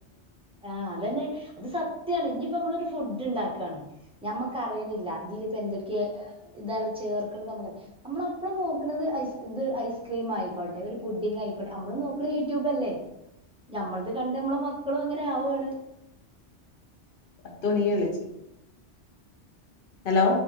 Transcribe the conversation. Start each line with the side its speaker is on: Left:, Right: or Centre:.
Centre: ആ അതന്നെ അത് സത്യാണ് ഇഞ്ഞിപ്പോ നമ്മളൊരു ഫു ഡ്ണ്ടാക്കാണ് ഞമ്മക്കറീണ്ല്ല ഇതിലിപ്പോ എന്തൊക്കെയ ഇതാണ് ചേർക്ക്ണ് നമക്ക് നമ്മളപ്പളും നോക്ക്ണത് ഐസ് ഇത് ഐസ്ക്രീം ആയിക്കോട്ടെ ഒരു പുഡിങ് ആയിക്കോട്ടെ നമ്മള് നോക്ക്ണെ യൂട്യൂബ് ലല്ലേ ഞമ്മൾത് കണ്ട് നമ്മളെ മക്കളും അങ്ങനെ ആവാണ്
Left: പത്ത് മണിയളിച്ച് ഹലോ